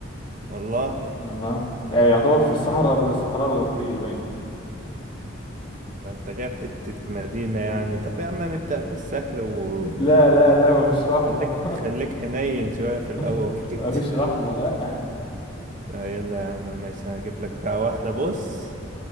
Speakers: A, on the right (about 40°); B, on the left (about 25°).
A: والله
B: الله يعني يعتبر في الصحراء الصحراء الغربية باين
A: ده انت جايب حتة مدينة يعني طب يا عم نبدأ بالسهل ويعني
B: لا لا لا مفيش رحمة
A: خليك خليك حنين شوية في الأول
B: <laughs>
A: كده
B: مفيش
A: <laughs>
B: رحمة لا
A: آه، يلا يا عم ماشي هجيب لك بقى واحدة بص